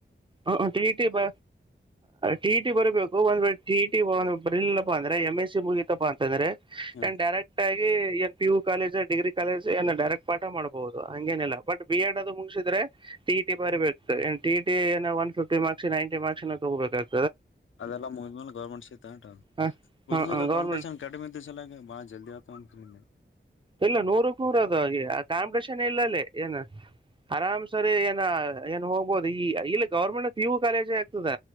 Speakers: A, on the right; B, on the left.
A: ಹ ಟಿ ಟಿ ಬ ಟಿ ಟಿ ಬರ್ಬೇಕು ಒಂದ್ ವೇಳ ಟಿಟಿ ಬರಲಪ್ಪ ಅಂದ್ರೆ ಎಂ್ ಎಸ್ ಮುಗಿತಪ್ಪಾ ಅಂತಂದ್ರೆ
B: ಹ
A: ಏನ್ ಡೈರೆಕ್ಟ್ ಆಗಿ ಏ P U college degree college ಏನು ಡೈರೆಕ್ಟ್ ಪಾಠ ಮಾಡ್ಬಹುದು ಹಂಗೇನಿಲ್ಲ ಬಟ್ ಬಿ ಎಡ್ ಅದು ಮುಗಿಸಿದ್ರೆ ಟಿ ಟಿ ಬರಬೇಕು ಟಿ ಇಟಿ ಏನ ಒನ್ ಫಿಫ್ಟಿ ಮಾರ್ಸ್ ನೈನ್ಟಿ ಮಾರ್ಕ್ಸ್ಏ ತಗೋಬೇಕು
B: ಅದೆಲ್ಲ ಮುಗಿದ್ಮೇಲೆ ಗೌರ್ಮೆಂಟ್ ಶೀ ತಂಟ
A: ಹ
B: ಉರ್ದದ
A: ಹ ಗೌರ್ಮೆಂಟ್
B: ಕಂಪಿಟಷನ್ ಕಡಿಮೆ ದಿವ್ಸಲಾಗ ಬಾಳ ಜಲ್ದಿ ಆಗ್ತಿ
A: ಇಲ್ಲ ನೂರಕ್ ನೂರ ಅದು ಕಾಂಪಿಟೇಷನ್ ಇಲ್ಲ ಅಲ್ಲಿ ಏನು ಆರಾಮ್ ಸರಿ ಏನ ಏನು ಹೋಗ್ಬೋದು ಈ ಇಲ್ಲ ಗೌರ್ಮೆಂಟ್ ಇವು ಕಾಲೇಜಿ ಆಗ್ತದ